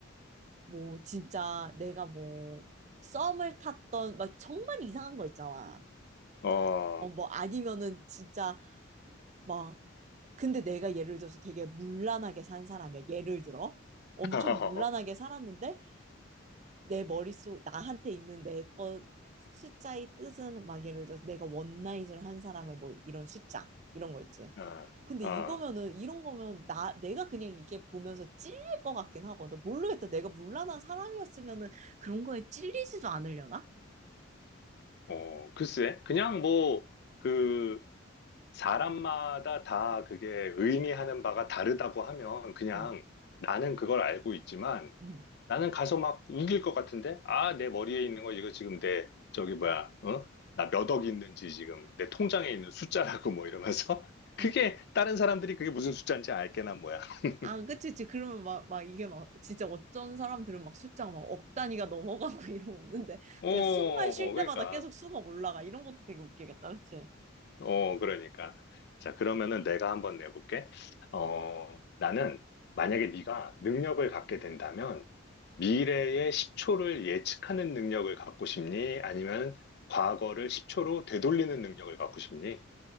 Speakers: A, on the right (about 35°); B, on the left (about 55°).
A: 뭐 진짜 내가 뭐 썸을 탔던 막 정말 이상한 거 있잖아.
B: 어,
A: 어, 뭐 아니면은 진짜 막 근데 내가 예를 들어서 되게 문란하게 산 사람이야. 예를 들어. 엄청
B: <laughs>
A: 문란하게 살았는데 내 머릿속 나한테 있는 내 거 숫자의 뜻은 막 예를 들어서 내가 원나잇을 한 사람의 뭐 이런 숫자 이런 거 있지.
B: 아,
A: 근데
B: 아,
A: 이거면은 이런 거면 나 내가 그냥 이게 보면서 찔릴 것 같긴 하거든. 모르겠다. 내가 문란한 사람이었으면은 그런 거에 찔리지도 않으려나?
B: 어, 글쎄, 그냥 뭐, 그, 사람마다 다 그게 의미하는 바가 다르다고 하면 그냥
A: 음,
B: 나는 그걸 알고 있지만
A: 음.
B: 나는 가서 막 우길 것 같은데? 아, 내 머리에 있는 거 이거 지금 내, 저기 뭐야, 어? 나 몇 억 있는지 지금 내 통장에 있는 숫자라고 뭐 이러면서 <laughs> 그게
A: 아,
B: 다른 사람들이 그게 무슨 숫자인지 알게나 뭐야. <laughs>
A: 아, 그치, 그치. 그러면 막, 막 이게 막 진짜 어쩐 사람들은 막 숫자가 막 억 단위가 넘어가고 <laughs> 이러는데
B: 어,
A: 그냥 숨만 쉴
B: 그러니까.
A: 때마다 계속 수가 올라가. 이런 것도 되게 웃기겠다, 그치?
B: 어, 그러니까. 자, 그러면은 내가 한번 내볼게. 어, 나는 만약에 네가 능력을 갖게 된다면 미래의 10초를 예측하는 능력을 갖고 싶니? 아니면 과거를 10초로 되돌리는 능력을 갖고 싶니?